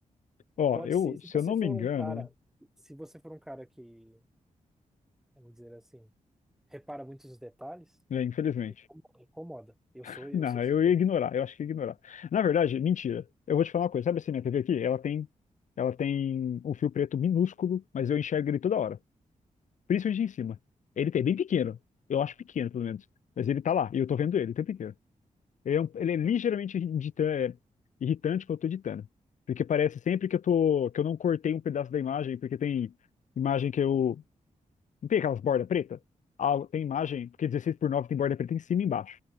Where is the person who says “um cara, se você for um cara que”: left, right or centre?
Centre